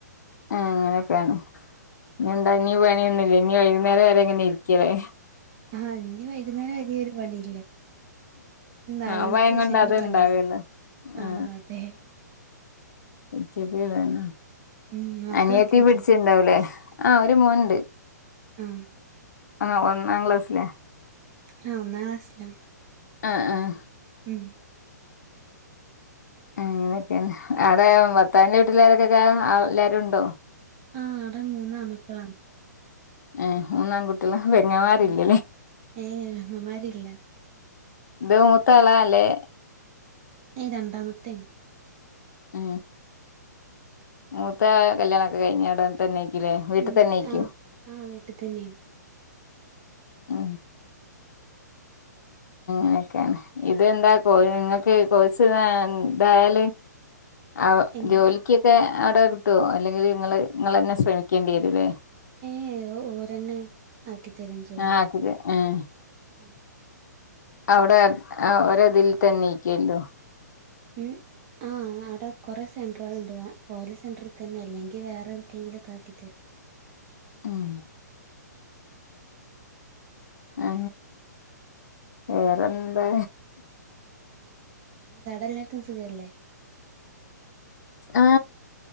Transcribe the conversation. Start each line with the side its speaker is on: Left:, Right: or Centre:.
Left: ആ അങ്ങനെയൊക്കെയാണ് ഇ എന്താ ഇീ വേണൊന്നുമില്ല ഇീ വൈകുന്നേരം വരെങ്ങനെ ഇരിക്ക കരെ
Right: ആഹ ഇനി വൈകുന്നേരം വലിയ ഒരു പണിയില്ല നാല്
Left: ആഹ
Right: മണിക്ക്
Left: ഭയ കൊണ്ട
Right: ശേഷം
Left: അത്
Right: ഇനി പണിയാ
Left: ഇണ്ടാവല്ലോ
Right: ആഹ്
Left: ആ
Right: അതെ
Left: പിിച്ചപ്പ വേണം
Right: ഉം മക്കളൊക്കെ
Left: അനിയത്തിീ
Right: ഇല്ലേ
Left: പിടിച്ചിുണ്ടാവലേ ആഹ ഒരു മൂന്ണ്ട്
Right: ആഹ
Left: ആ നാം ക്ലാസ്ല്ലേ
Right: ആഹ ഒന്നാ കാസിലാം
Left: ആഹ ആഹ
Right: ഉം
Left: അങ്ങനെയൊക്കെയെ അടെ ഭർത്താവിന്റെ വീട്ടിലാരൊക്കെക്കെ എല്ലാവരും ഉണ്ടോ
Right: ആഹ അട മൂന്ന് അമക്കലാം
Left: ഏ മൂന്നാാംകുട്ടികള വെങ്ങമാരില്ലല്ലേ
Right: ഉം ഏഹ് അമ്മമാരില്ല
Left: ഇത് മൂത്തളാല്ലേ
Right: ഏയ് രണ്ടാമത്തേൻ
Left: ഉ മൂത്ത കല്യാണൊക്കെ കഴിഞ്ഞ ഇട തന്നെ േ വീട്ടിൽ
Right: ഉം
Left: തന്നൊയിക്കും
Right: ആഹ് ആഹ് വീട്ടിൽ തന്നെയാണ്
Left: ഉ
Right: <inaudible>
Left: അനൊക്കെയാണ് ഇതെന്താ കോ നിങ്ങക്ക് കൊഴച്ച് ഇതായാല് ആ
Right: എങ്ങ
Left: ജോലിക്കൊക്കെ അവിടെ കിട്ടുവോ അല്ലെങ്കിൽ നിങ്ങള് നിങ്ങന്നെ ശ്രമിക്കേണ്ടി വരൂല്ലേ
Right: ഏ ഓരെണ്ണ ആക്കി തരും ജോലിക്ക്
Left: ആഹ് ആക്കിത് ആഹ്
Right: ഉ
Left: അവിടെ ഒതിൽ തന്നെ ഇക്കല്ലോ
Right: ഉം ആ ആ അവിടെ കുറെ സെന്റുകൾ ഉണ്ട് പോലെ സെന്റർ തന്നെ അല്ലെങ്കിൽ വേറെ എവിടുക്കെങ്കിലൊക്കെ ആക്കി തരും
Left: ആഹ ആ വേറെന്താ
Right: ൻ്റാടൊല്ലാർക്കും സുഖല്ലേ
Left: ആ